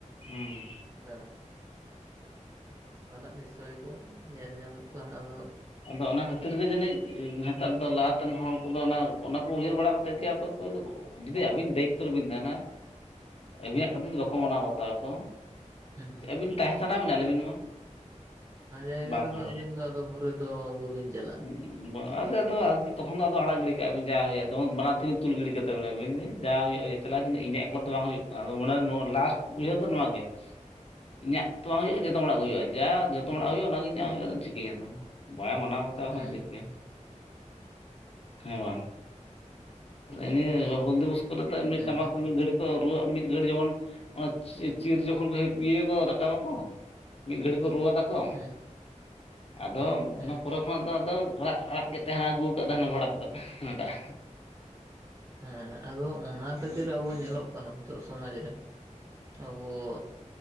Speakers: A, on the left; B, on the right.
A: ᱦᱩᱸ
B: ᱦᱮᱸ। ᱱᱚᱝᱠᱟᱱᱟᱜ ᱵᱤᱥᱚᱭ ᱠᱚ ᱧᱮᱞ ᱧᱟᱢᱚᱜ ᱠᱟᱱᱟ ᱟᱫᱚ
A: ᱦᱮᱸ ᱟᱫᱚ ᱚᱱᱟ ᱠᱷᱟᱹᱛᱤᱨ ᱜᱮ ᱡᱟᱹᱱᱤᱡ ᱱᱮᱛᱟᱨ ᱫᱚ ᱞᱟᱦᱟᱛᱮᱱ ᱦᱚᱲ ᱠᱚᱫᱚ ᱚᱱᱟ ᱚᱱᱟᱠᱚ ᱩᱭᱦᱟᱹᱨ ᱵᱟᱲᱟ ᱠᱟᱛᱮᱫ ᱜᱮ ᱟᱫᱚ ᱠᱚ ᱡᱩᱫᱤ ᱟᱵᱤᱱ ᱫᱟᱭᱤᱛᱛᱚ ᱨᱮᱵᱤᱱ ᱛᱟᱦᱮᱱᱟ-
B: ᱦᱮᱸ
A: ᱟᱹᱵᱤᱱᱟᱜ ᱠᱷᱟᱛᱤᱨ ᱫᱚ ᱵᱟᱠᱚ ᱢᱟᱱᱟᱣ ᱵᱟᱛᱟᱣ ᱟᱠᱚ
B: ᱦᱩᱸ
A: ᱟᱹᱵᱤᱱ ᱛᱟᱦᱮᱸ ᱥᱟᱱᱟ ᱵᱟᱱᱟ ᱞᱮᱭ ᱵᱤᱱ ᱢᱟ
B: ᱚᱱᱟ ᱡᱟᱭᱜᱟ
A: ᱵᱟᱝ
B: ᱨᱮᱫᱚ
A: ᱛᱟᱦᱮᱸ
B: ᱟᱹᱵᱤᱱ ᱫᱚ ᱟᱫᱚ ᱜᱷᱩᱨᱮ ᱫᱚ ᱵᱟᱹᱵᱤᱱ ᱪᱟᱞᱟᱜᱼᱟ
A: ᱟᱪ ᱟᱫᱚ ᱛᱚᱠᱷᱚᱱ ᱫᱚ ᱟᱫᱚ ᱟᱲᱟᱜ ᱜᱤᱰᱤ ᱠᱟᱜᱼᱟ ᱡᱟᱭ ᱦᱩᱭᱩᱜᱼᱟ ᱵᱟᱱᱟᱨ ᱛᱮᱵᱤᱱ ᱛᱩᱞ ᱜᱤᱰᱤ ᱠᱟᱛᱟ ᱵᱮᱤᱱᱟᱵᱤᱱ ᱡᱟ ᱦᱩᱭᱩᱜᱼᱟ- ᱪᱟᱞᱟᱜᱣ ᱤᱧᱟᱹᱜ ᱮᱠᱞᱚ ᱫᱚ ᱵᱟᱝ ᱦᱩᱭᱩᱜ ᱠᱟᱱᱟ ᱟ ᱢᱚᱱᱮ ᱱᱚᱣᱟ ᱞᱟᱥᱴ ᱩᱭᱦᱟᱹᱨ ᱫᱚ ᱱᱚᱣᱟᱣᱟᱜ ᱜᱮ ᱤᱧᱟᱹᱜ ᱛᱚ ᱵᱟᱝ ᱦᱩᱭᱩᱜᱼᱟ ᱡᱚᱛᱚ ᱦᱚᱲᱟᱜ ᱜᱮ ᱦᱩᱭᱩᱜᱼᱟ ᱡᱟ ᱡᱚᱛᱚ ᱦᱚᱲᱲᱟᱜ ᱦᱩᱭᱩᱜᱼᱟ ᱚᱱᱟᱜᱮᱧ᱾ ᱧᱚᱜ ᱦᱩᱭᱩᱜᱼᱟ ᱪᱤᱠᱟᱹᱭᱟᱫᱚ ᱵᱟᱭ ᱢᱟᱱᱟᱣ ᱵᱟᱛᱟᱣ ᱠᱟᱱᱟ
B: ᱦᱮᱸ ᱦᱮᱸ
A: ᱪᱤᱠᱟᱹᱭᱟ ᱦᱮᱸ ᱵᱟᱝ ᱟᱱᱤᱭᱟᱹ
B: ᱦᱮᱸ
A: ᱦᱩᱞ ᱫᱤᱵᱚᱥ ᱠᱚᱨᱮ ᱫᱚ ᱢᱤᱫ
B: ᱦᱮᱸ
A: ᱴᱟᱢᱟᱠ ᱠᱚ ᱢᱤᱫ ᱜᱷᱟᱹᱲᱤᱡ ᱠᱚ- ᱨᱩᱣᱟᱹᱜ ᱢᱤᱫ ᱜᱷᱟᱹᱲᱤᱡ ᱡᱚᱠᱷᱚᱱ ᱚᱱᱟ ᱪᱤᱨ ᱡᱚᱠᱷᱚᱱ ᱠᱚ ᱤᱭᱟᱹᱠᱚ ᱨᱟᱠᱟᱵᱟᱠᱚ᱾ ᱢᱤᱫ ᱜᱷᱟᱹᱲᱤᱡ ᱠᱚ ᱨᱩᱣᱟᱹ ᱫᱟ ᱠᱚ
B: <inaudible>
A: ᱟᱫᱚ
B: ᱦᱮᱸ
A: ᱚᱱᱟ ᱯᱚᱨᱮ ᱠᱷᱚᱱᱟᱜ ᱫᱚ ᱟᱫᱚ ᱟᱲᱟᱜ ᱟᱲᱟᱜ ᱠᱮᱫ ᱛᱮᱱᱟ ᱟᱹᱜᱩ ᱟᱠᱟᱫ ᱛᱟᱦᱮᱱᱟ ᱵᱷᱟᱲᱟ ᱠᱟᱛᱮᱫ ᱫᱟᱜ᱾
B: ᱦᱮᱸ ᱟᱫᱚ ᱚᱱᱟ ᱠᱷᱟᱹᱛᱤᱨ ᱟᱵᱚ ᱧᱮᱞᱚᱜ ᱠᱟᱱᱟ ᱱᱤᱛᱚᱜ ᱥᱚᱢᱟᱡ ᱨᱮ ᱟᱵᱚ-